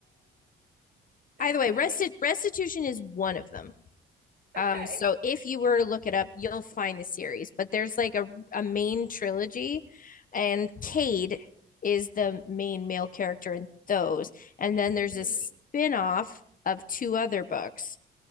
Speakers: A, on the right (about 55°); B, on the left (about 45°).
A: Okay.
B: Either way, resti restitution is one of them.
A: Okay.
B: Um, so if you were to look it up, you'll find the series. But there's like a a main trilogy, and Cade is the main male character in those. And then there's
A: Mm-hmm.
B: a spin-off of two other books.